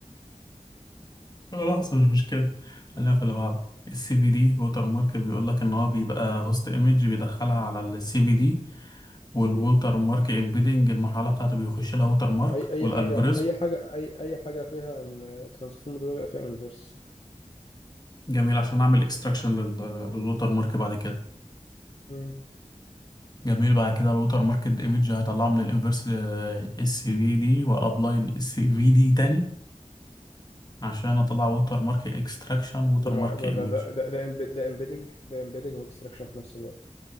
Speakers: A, on the left (about 30°); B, on the left (about 50°).
A: خلاص مش مشكلة خلينا في اللي بعده السي في دي ووتر مارك بيقول لك ان هو بيبقى هوست ايمج بيدخلها على السي في دي والووتر
B: مم.
A: مارك امبيدنج المرحلة بتاعته بيخش لها ووتر مارك
B: اي اي
A: والالجوريزم
B: حاجه اي حاجه اي اي حاجه فيها ان ترانسفورم ده بيبقى فيها انفرس
A: جميل عشان اعمل اكستراكشن للووتر مارك بعد كده
B: مم.
A: جميل بعد كده الووتر مارك ايمج هطلعه من الانفرس السي في دي وابلاي السي في دي تاني عشان اطلع ووتر مارك اكستراكشن ووتر
B: ده مع...
A: مارك
B: يبقى
A: ايمج
B: ده ده ده ده امبيد ده امبيدنج ده امبيدنج واكستراكشن في نفس الوقت